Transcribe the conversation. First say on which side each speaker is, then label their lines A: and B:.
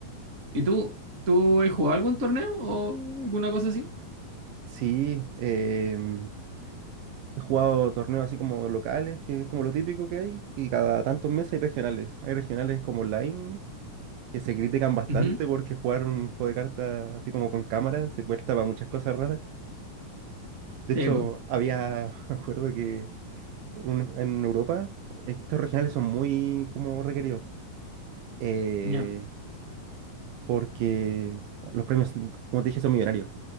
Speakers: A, on the right; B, on the right.
A: ¿Y tú? ¿Tú has jugado algún torneo o alguna cosa así?
B: Sí, em, he jugado torneos así como locales, que es como lo típico que hay, y cada tantos meses hay regionales. Hay regionales como online, que se critican bastante
A: Ujú.
B: porque jugar un juego de cartas así como con cámara se presta para muchas cosas raras. De
A: Sí,
B: hecho,
A: pues.
B: había, <laughs> me acuerdo que en, en Europa, eh, estos regionales son muy como requeridos. Eh,
A: Ya.
B: porque los premios, como te dije, son millonarios.